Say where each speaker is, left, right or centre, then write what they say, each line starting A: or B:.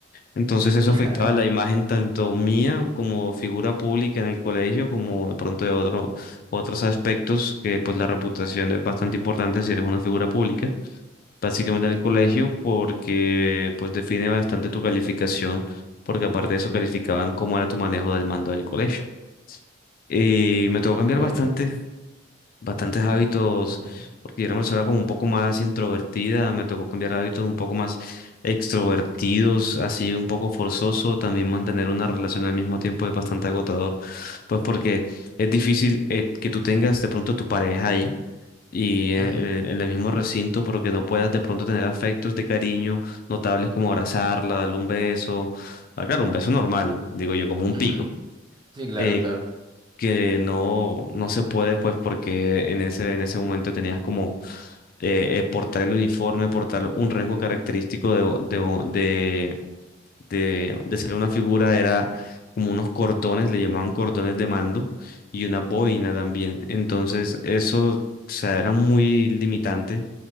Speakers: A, on the left; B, on the right.
A: Entonces eso
B: <laughs>
A: afectaba la imagen tanto mía como figura pública en el colegio, como de pronto de otro, otros aspectos, que pues la reputación es bastante importante si eres una figura pública, básicamente en el colegio,
B: ujú,
A: porque pues define bastante tu calificación, porque aparte de eso calificaban cómo era tu manejo del mando del colegio. Y me tocó cambiar
B: ok,
A: bastantes bastantes hábitos,
B: ujú,
A: porque yo era una persona como un poco más introvertida, me tocó cambiar hábitos un poco más extrovertidos, así un poco forzoso, también mantener una relación al mismo tiempo es bastante agotador, pues porque es difícil eh, que tú tengas de pronto tu pareja ahí. Y en,
B: ujú,
A: en- en el mismo recinto, porque no puedas de pronto tener afectos de cariño notables como abrazarla, darle un beso. Ah, claro, un beso normal, digo yo, como un
B: ujú,
A: pico
B: Sí, claro,
A: eh,
B: claro.
A: que no, no se puede, pues porque en ese, en ese momento tenías como eh, eh, portar el uniforme, portar un rango característico de, de, de, de- de ser una figura, era como unos cordones, le llamaban cordones de mando, y una boina también. Entonces eso, o sea, era muy limitante